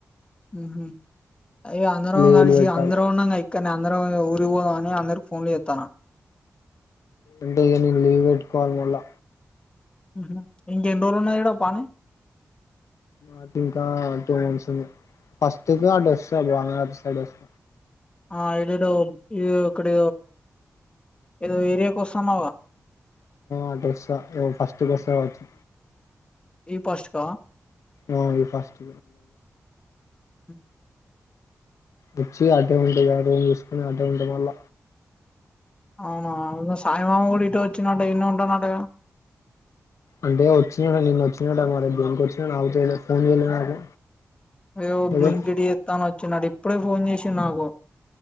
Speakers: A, on the left (about 20°); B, on the left (about 80°).
A: ఉహు అయ్యా అందరం
B: లీవులు
A: కలిసి
B: పెట్టాలి
A: అందరం ఉన్నాంగా ఇక్కడనే అందరం ను పోతావని అందరుకి ఫోన్ చెత్తన్న
B: ఎంత ఏమీ లీవ్ పెట్టుకోవాలి మళ్ళా
A: ఉహు ఇంక ఎన్ని రోజులున్నా కడ పా పని
B: మాకు ఇంకా టూ మంత్స్ ఉంది ఫస్ట్ అడ్రెస్ అభ సై వస్త
A: ఆ ఇడడు ఇక్కడ ఏదో ఏరియాకి వస్తున్నావుగా
B: అడ్రస్ ఫస్ట్ అడ్రస్ సవాచ్చి
A: ఈ పష్క
B: ఆ ఈ ఫస్ట్
A: అ
B: వచ్చి అడ్డే ఉంటేయి ఎ రూం చూసుకొని అడ్డ ఉండడం వల్ల
A: అవునా అవు సాయి మామ కూడాడిట వచ్చినట ఎన్న ఉంటా నాటగా
B: అంటే వచ్చినట నిన్న వచ్చినట మర దేనికి వచ్చినాడు నాకు తె ఫోన్ చేయలే నాకు
A: ఏ
B: ఏదో
A: బ్లింగడి ఎస్తాను వచ్చ నడి ఎప్పుడే ఫోన్ చేసిిన్నాకో